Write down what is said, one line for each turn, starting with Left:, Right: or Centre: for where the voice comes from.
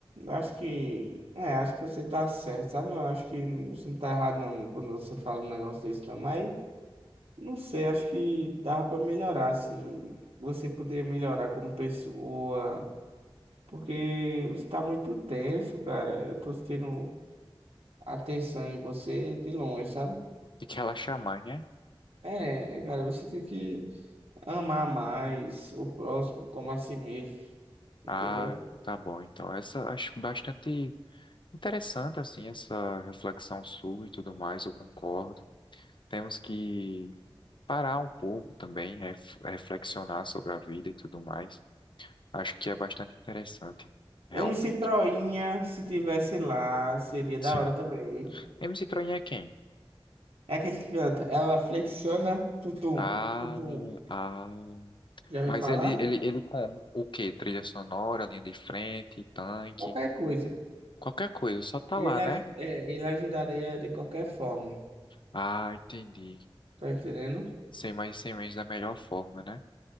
Right: Acho que. É, acho que você tá certo, sabe? Eu acho que você não tá errado, não, não, quando você fala um negócio desse, não. Mas, não sei, acho que dava pra melhorar, assim. Você poderia melhorar como pessoa. Porque você tá muito tenso, cara. Eu tô tendo atenção em você de longe, sabe?
Left: E que relaxar mais, né?
Right: É, cara, você tem que amar mais o próximo, como a si mesmo, entendeu?
Left: Ah, tá bom. Então, essa acho bastante interessante, assim, essa reflexão sua e tudo mais, eu concordo. Temos que parar um pouco também, ref- reflexionar sobre a vida e tudo mais. Acho que é bastante interessante, realmente.
Right: MC Troinha, se tivesse lá, seria
Left: Sim.
Right: da hora também.
Left: MC Troin é quem?
Right: É aquele que canta. Ela flexiona, tutum,
Left: Ah,
Right: tutum.
Left: ah.
Right: Já ouviu
Left: Mas
Right: falar?
Left: ele, ele, ele como? O quê? Trilha sonora, linha de frente, tanque,
Right: Qualquer coisa.
Left: qualquer coisa, só tá
Right: Ele,
Left: lá,
Right: aj-
Left: né?
Right: é, ele ajudaria de qualquer forma.
Left: Ah, entendi.
Right: Tá entendendo?
Left: Sem mais sem menos da melhor forma, né?